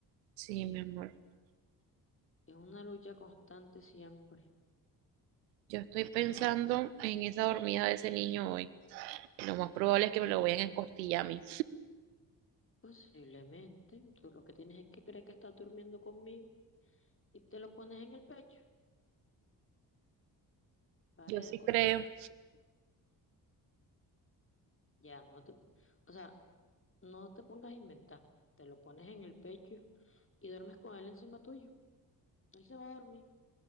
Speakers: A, on the right; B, on the left.
A: Sí,
B: eh,
A: mi amor.
B: es una lucha constante siempre.
A: Yo estoy pensando en esa dormida de ese niño hoy. Lo más probable es que me lo vayan a encostillar a mí.
B: Posiblemente, tú lo que tienes es que creer que estás durmiendo conmigo y te lo pones en el pecho. Pare
A: Yo sí
B: de contar.
A: creo.
B: Ya, no te, o sea, no te pongas a inventar. Te lo pones en el pecho y duermes con él encima tuyo. Él se va a dormir.